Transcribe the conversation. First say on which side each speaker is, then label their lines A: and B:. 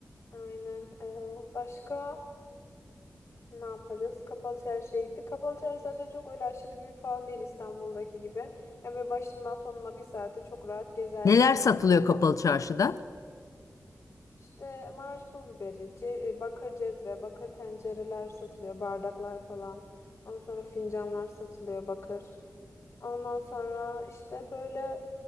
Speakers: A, on the left; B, on the left.
A: Aynen. e, başka ne yaparız? Kapalı çarşıya gittik. Kapalı çarşı zaten çok öyle aşırı büyük falan değil İstanbul'daki gibi. Ya böyle başından sonuna bir saate çok rahat gezer.
B: Neler satılıyor kapalı çarşıda?
A: İşte Maraş pul biberi, ce- e, bakır cezve, bakır tencereler satılıyor, bardaklar falan. Ondan sonra fincanlar satılıyor bakır. Ondan sonra işte böyle